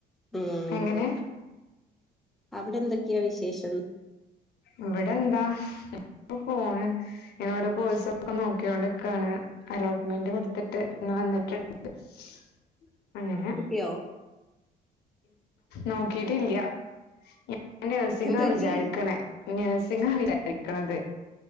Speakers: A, in the centre; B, on the left (about 75°).
A: ഉം
B: എങ്ങനെ
A: അവിടെ എന്തൊക്കെയാ വിശേഷം?
B: ഇവടെന്താഅങ്ങനെ പോണ് ഇങ്ങനെഓരോ കോഴ്സ്‌ ഒക്കെ നോക്കിക്കോണ്ട്രിക്കണ് അലോട്ട്മെന്റ് കൊടുത്തിട്ട് ഇന്ന് വന്നിട്ട് <inaudible> അങ്ങനെ
A: കിട്ടിയോ
B: നോക്കിട്ടില്ല. ഞാന് നഴ്സിങ്ങ
A: എന്ത് പറ്റി
B: വിചാരിക്ണേ നെയ്സിങ്ങ വിചാരിക്ക്‌ണത്.